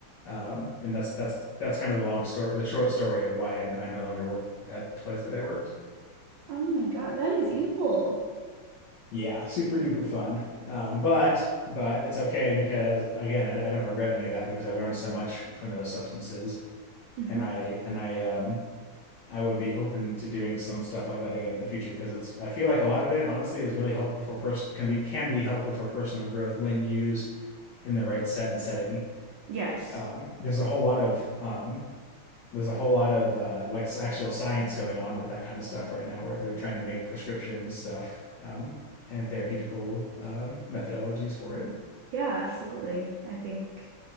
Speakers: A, on the left; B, on the right.
A: Um, and that's that's that's kind of the long story, the short story of why I, I no longer work at the place that I worked.
B: Oh my God, that is evil.
A: Yeah, super duper fun. Um, but but it's okay because again, I, I don't regret any of that because I learned so much from those substances,
B: hmm
A: and I and I um I would be open to doing some stuff like that again in the future because it's I feel like a lot of it honestly is really helpful for person can be can be helpful for personal growth when used in the right set and setting.
B: Yes.
A: um, there's a whole lot of um, there's a whole lot of uh, like s- actual science going on with that kind of stuff right now, where they're trying to make prescription stuff um, and therapeutical um, methodologies for it.
B: Yeah, absolutely. I think